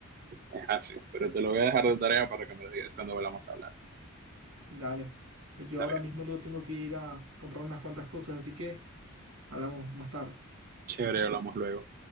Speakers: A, on the right (about 40°); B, on the right (about 80°).
A: Es así, pero te lo voy a dejar de tarea para que me lo digas cuando volvamos a hablar.
B: Dale. Yo
A: Está
B: ahora
A: bien,
B: mismo luego tengo que ir a comprar unas cuantas cosas, así que hablamos más tarde.
A: chévere, hablamos luego.